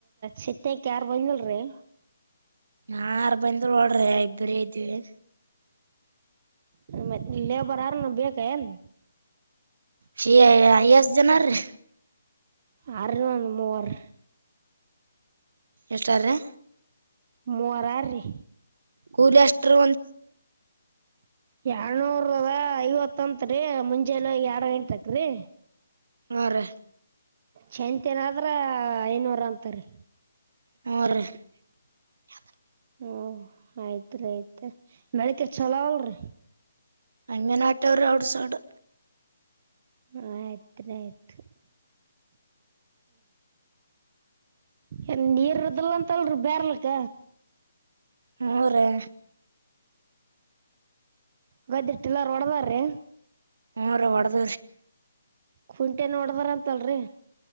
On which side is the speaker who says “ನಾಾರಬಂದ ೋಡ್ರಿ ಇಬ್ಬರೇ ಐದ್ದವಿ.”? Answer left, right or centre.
Right